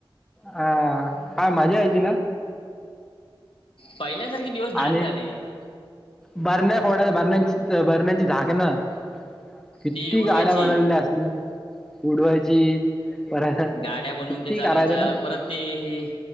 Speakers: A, in the centre; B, on the left.
A: हा काय मजा यायची ना.
B: पहिल्यासारखे दिवस नाय
A: आणि
B: रे राहिले आता.
A: बरण्या फोडायच्या बरण्याची बरण्याची झाकणं किती
B: ती उडवायची
A: गाड्या बनवल्या असतील ना ते उडवायची. परत
B: गाड्या बनवून
A: किती
B: ते चालवायच्या
A: करायचं ना
B: परत ते हे